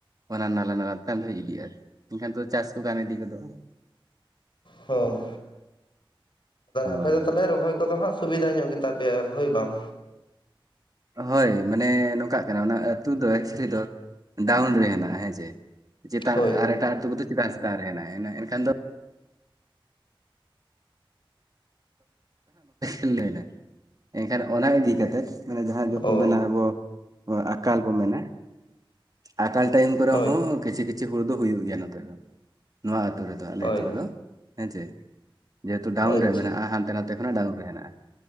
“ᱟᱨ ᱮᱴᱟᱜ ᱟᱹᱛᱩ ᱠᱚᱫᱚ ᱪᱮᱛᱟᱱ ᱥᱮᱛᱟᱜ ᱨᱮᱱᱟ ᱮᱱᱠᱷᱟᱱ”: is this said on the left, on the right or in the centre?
Right